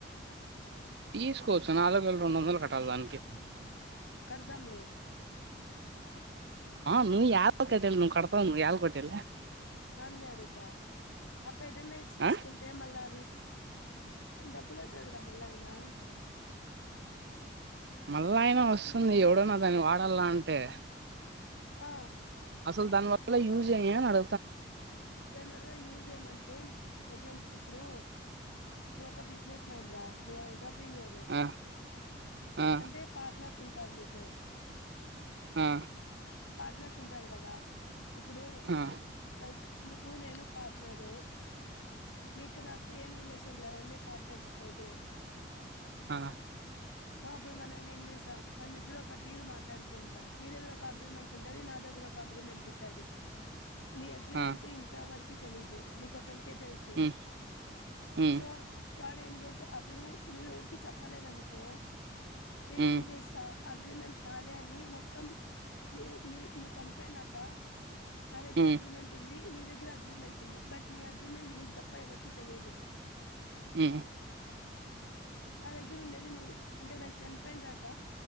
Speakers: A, on the right; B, on the left.
A: తీసుకోచ్చు నాలుగు వేల రెండు వందలు కట్టాలె దానికి
B: కడ్తంలే
A: <unintelligible> కట్టేల్ నువ్ కడతవ్ నువ్ ఎయాల కట్టలే
B: దాన్నే అడుగుత ఆ పెడన్ రైట్స్ తీసుకుంటే
A: ఆ
B: మళ్ళా డబ్బుల వస్తది రా మల్లా అయినా
A: మళ్ళయినా వస్తుంది ఎవడన్న దాన్ని వాడల అంటే
B: ఆ
A: అసలు దాని వల్ల యూజ్ ఏమీ అడ
B: దానివల్ల యూజ్ ఏమంటే ప్రజెంట్ ఇప్పుడు నువ్వు ఒక బిజినెస్ మ్యాన్ ర నువ్వు ఎ <unintelligible>
A: ఆ ఆ
B: అంటే పార్ట్నర్స్ ఉంటారు మీకు
A: ఆ
B: పార్ట్నర్స్ ఉంటారు కద ఇప్పుడు
A: ఆ
B: లైక్ నువ్వు నేను పార్ట్నరు నీకు నాకు ఏం రిలేషన్లే ఓన్లీ పార్ట్నర్షిప్ ఒకటే
A: ఆ
B: ఇప్పుడు మనం ఏం చేసాం మన ఇద్దరు ఒక డీల్ మాట్లాడుకుంటాం నీ దగ్గర ఒక అగ్రిమెంట్ ఉంటుంది నా దగ్గర ఒక అగ్రిమె మెంటుంటది నీ అగ్రిమెంట్
A: ఆ
B: ఇంట్ల ఎవరికి తెలీయదు నీకు తెలుసు
A: ఉమ్ ఉమ్
B: సో వాడు అప్పుడు నువ్వు ఎవరికి చెప్పలేదనుకో నేనేం
A: ఉమ్
B: చేస్త అగ్రిమెంట్ నాదే అని మొత్తం నీవ్ నీ నువ్వు చనిపోయినాక నా దగ్గర
A: ఉమ్
B: అగ్రిమెంట్ ఉంది నీ దగ్గర అగ్రిమెం బట్ నీ అగ్రిమెంట్ నీకు తప్ప ఎవరికి తెలియదు
A: హు
B: నా దగ్గర ఉండేది నువ్ అంటే నాకు చనిపోయిన తర్వాత